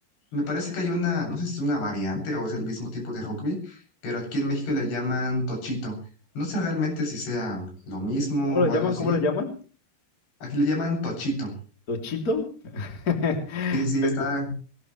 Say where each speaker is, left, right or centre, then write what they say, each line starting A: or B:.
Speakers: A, on the left; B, on the left.
A: Me parece que hay una, no sé si es una variante o es el mismo tipo de rugby, pero aquí en México le llaman tochito. No sé realmente si sea lo mismo
B: ¿Cómo lo
A: o
B: llaman?
A: algo así.
B: ¿Cómo lo llaman?
A: Aquí le llaman tochito.
B: ¿Tochito? <laughs>
A: Sí, sí, está.